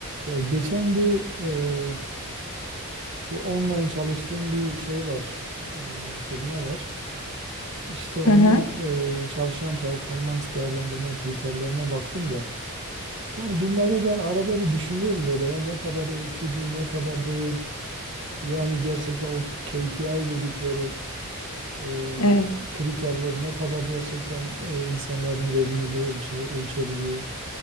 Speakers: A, on the right; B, on the left.
A: Ya geçen bir e, bu online çalıştığım bir şey var, e, firma var. İşte onun
B: Hı hı,
A: e, çalışan performans değerlendirme kriterlerine baktım da. Yani bunları ben arada bir düşünüyorum böyle ya ne kadar ölçücü, ne kadar değil. Yani gerçekten o KPI dedikleri e,
B: evet.
A: kriterler ne kadar gerçekten e, insanların verimliliği ölçe, ölçebiliyor.